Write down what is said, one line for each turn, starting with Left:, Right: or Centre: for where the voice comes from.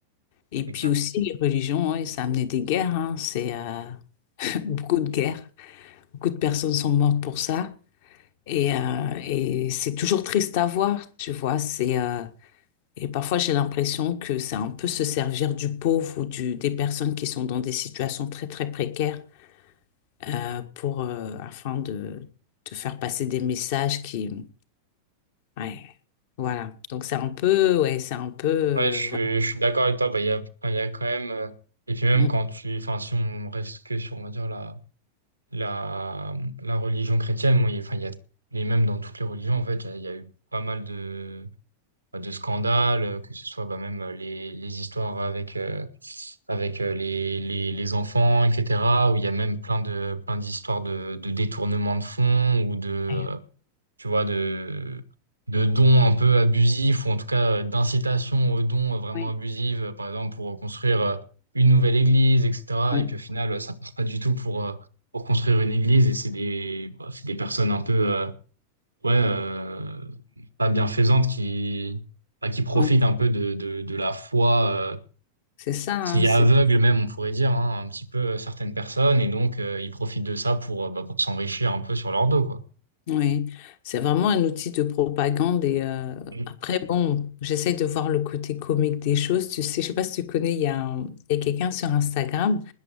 Left: Et puis
Right: c'est clair.
Left: aussi, les religions, ouais, ça a amené des guerres, hein. C'est euh, <laughs> beaucoup de guerres. Beaucoup de personnes sont mortes pour ça. Et, euh, et c'est toujours triste à voir, tu vois. C'est, euh, et parfois, j'ai l'impression que c'est un peu se servir du pauvre ou du, des personnes qui sont dans des situations très, très précaires euh, pour, euh, afin de, de faire passer des messages qui, Ouais, voilà. Donc c'est un peu, ouais, c'est un peu, euh,
Right: Ouais, je suis,
Left: voilà.
Right: je suis d'accord avec toi. Bah, il y a, enfin, il y a quand même, euh, et puis même
Left: Mm.
Right: quand tu, enfin, si on reste que sur, on va dire, la, la, la religion chrétienne, moi, il y a- enfin, il y a, et même dans toutes les religions, en fait, il y a, il y a eu pas mal de, bah, de scandales, euh, que ce soit bah, même euh, les, les histoires avec, euh, avec euh, les, les, les enfants, etc., où il y a même plein de, plein d'histoires de, de détournement de fonds ou de,
Left: Ouais,
Right: euh, tu vois, de, de dons un peu abusifs ou en tout cas euh, d'incitation aux dons euh, vraiment
Left: ouais,
Right: abusives, euh, par exemple pour construire euh, une nouvelle église, etc.
Left: ouais,
Right: Et puis au final, euh, ça part pas du tout pour, euh, pour construire une église et c'est des, bah, c'est des personnes un peu... euh, ouais, euh, pas bienfaisante qui, bah, qui profite
Left: ouais.
Right: un peu de, de, de la foi, euh,
Left: C'est ça, hein,
Right: qui
Left: c'est,
Right: aveugle même, on pourrait dire, hein, un petit peu euh, certaines personnes, et donc euh, ils profitent de ça pour, euh, bah, pour s'enrichir un peu sur leur dos, quoi.
Left: ouais. C'est vraiment un outil de propagande. Et euh,
Right: Mm.
Left: après, bon, j'essaie de voir le côté comique des choses. Tu sais, je sais pas si tu connais, il y a, un- il y a quelqu'un sur Instagram,